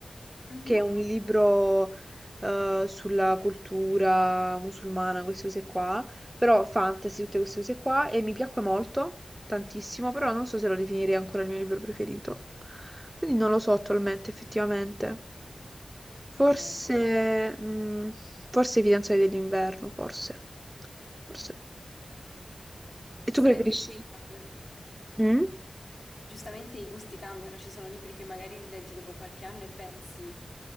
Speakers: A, on the left; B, on the right.
A: Mhm,
B: che è un libro eh, sulla cultura musulmana, queste cose qua, però fantasy, tutte queste cose qua, e mi piacque molto, tantissimo, però non so se lo definirei ancora il mio libro preferito. Quindi non lo so attualmente, effettivamente. Forse,
A: Vero.
B: mm, forse I fidanzati dell'inverno, forse. Forse.
A: Giustamente
B: E tu preferisci?
A: i gusti cambiano.
B: Mm?
A: Giustamente i gusti cambiano, ci sono libri che magari rileggi dopo qualche anno e pensi